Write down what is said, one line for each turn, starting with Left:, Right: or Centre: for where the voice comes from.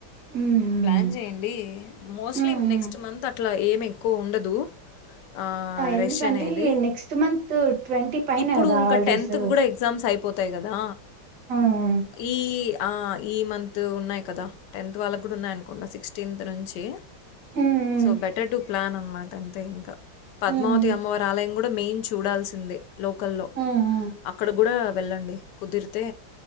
Right: హ్మ్.
Left: ప్లాన్ చేయండి మోస్ట్
Right: హ్మ్.
Left: ది
Right: హ్మ్. హ్మ్.
Left: నెక్ట్స్ మంత్ అట్లా ఏ కో ఉండదు ఆ
Right: ఎందుకంటే
Left: రష్ అనేది
Right: నెక్స్ట్ మంత్ పైన
Left: ఇప్పుడు
Right: గదా
Left: ఇంకా
Right: హాలిడేస్.
Left: టెన్త్ కి కూడా ఎగ్జామ్స్ అయిపో వతాయి కదా
Right: ఆ! హ్మ్.
Left: ఈ ఆ ఈ మంన్ త్ ఉన్నాయి కదా టెన్త్ వాళ్ళ కూడా ఉన్నాయి అనుకుంట సిక్ టీన్ నుంచి
Right: హ్మ్.
Left: సో బెటర్ డు ప్లాన్ అన్ మాట అంతే ఇంకా పద్మావతి
Right: హ్మ్.
Left: అమ్మవారి ఆలయం కూడ్ డా మెయిన్ చూడాల్సిందే లోకల్లో
Right: హ్మ్. హ్మ్.
Left: అక్కడ గూడ వెళ్ళండి కుదిరితే